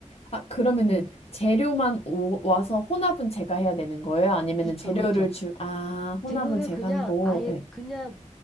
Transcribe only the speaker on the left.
아, 그러면은
재료만 오, 와서 혼합은 제가 해야 되는 거예요? 아니면은
재료를
주, 아, 혼합은
제가
하는 거고,
네.